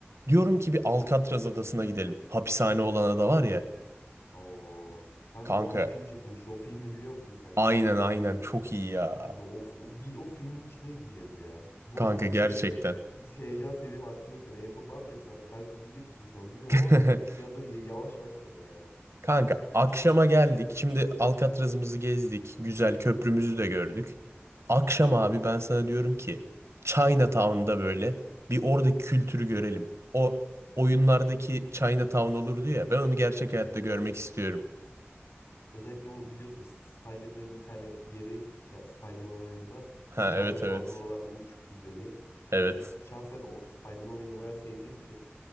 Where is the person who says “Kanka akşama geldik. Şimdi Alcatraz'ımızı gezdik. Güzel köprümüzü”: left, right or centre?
Right